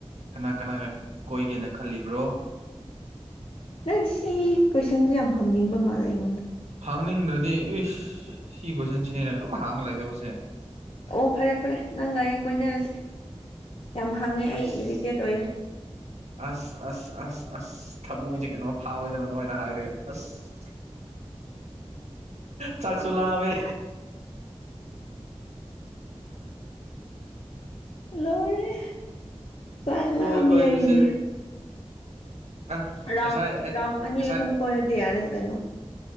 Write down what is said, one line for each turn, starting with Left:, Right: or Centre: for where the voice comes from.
Right: ꯀꯅꯥ ꯀꯅꯥꯒ ꯀꯣꯏꯒꯦꯅ ꯈꯜꯂꯤꯕ꯭ꯔꯣ
Left: ꯅꯪ ꯁꯤ ꯀꯣꯏꯁꯟꯁꯦ ꯌꯥꯝ ꯍꯪꯅꯤꯡꯕ ꯃꯥꯜꯂꯦ ꯑꯩꯉꯣꯟꯗ
Right: ꯍꯪꯅꯤꯡꯗ꯭ꯔꯗꯤ ꯏꯁ ꯁꯤ ꯀꯣꯏꯁꯟꯁꯤꯅꯤꯅꯦ ꯑꯗꯨꯝ ꯍꯪ ꯂꯩꯗꯧꯕꯁꯦ
Left: ꯑꯣ ꯐꯔꯦ ꯐꯔꯦ ꯅꯪ ꯑꯩꯒ ꯀꯣꯏꯅꯔꯁꯦ ꯌꯥꯝ ꯍꯪꯉꯦ ꯑꯩ
Right: ꯑꯁ
Left: ꯏꯔꯤꯇꯦꯠ ꯑꯣꯏꯌꯦ
Right: ꯑꯁ ꯑꯁ ꯑꯁ ꯑꯁ ꯊꯃꯣꯏꯁꯦ ꯀꯩꯅꯣꯝ ꯄꯥꯎꯔꯦꯗꯦ ꯅꯣꯏꯅ ꯍꯥꯏꯔꯒꯦ ꯑꯁ ꯆꯥꯛꯁꯨ ꯂꯥꯝꯃꯦ
Left: ꯂꯣꯏꯔꯦ ꯆꯥꯛ
Right: ꯀꯣꯏꯕ
Left: ꯂꯥꯝꯃꯦ
Right: ꯍꯥꯏꯕꯁꯦ
Left: ꯍꯥꯏꯅꯦ
Right: ꯑ
Left: ꯔꯥꯎꯟ
Right: ꯉꯁꯥꯏ ꯑꯩꯅ
Left: ꯔꯥꯎꯟ ꯑꯅꯤ
Right: ꯉꯁꯥꯏ
Left: ꯑꯍꯨꯝ ꯀꯣꯏꯔꯗꯤ ꯌꯥꯔꯦꯅ ꯀꯩꯅꯣ